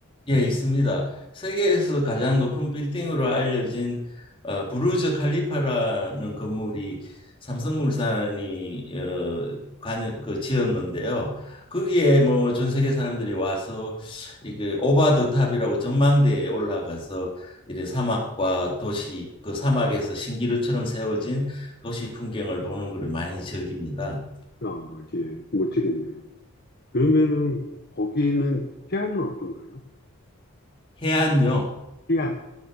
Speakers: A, on the left; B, on the left.
A: 예, 있습니다. 세계에서 가장 높은 빌딩으로 알려진 어, 부르즈 칼리파라는 건물이 삼성물산이 어, 관여, 그 지었는데요. 거기에 뭐 전 세계 사람들이 와서 이게 오바 더 탑이라고 전망대에 올라가서 이제 사막과 도시 그 사막에서 신기루처럼 세워진 도시 풍경을 보는 것을 많이 즐깁니다.
B: 어, 예, 못 되겠네요. 그러면은
A: 예.
B: 거기는 태안은 어떤가요?
A: 해안요.
B: 태안.